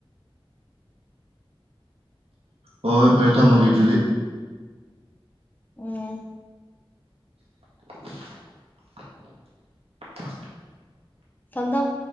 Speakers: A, on the right (about 85°); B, on the left (about 20°).
A: ꯍꯣꯏ ꯍꯣꯏ ꯐꯔꯦ ꯊꯝꯃꯒꯦ ꯑꯗꯨꯗꯤ
B: ꯎꯝ
A: <inaudible>
B: ꯊꯝ ꯊꯝ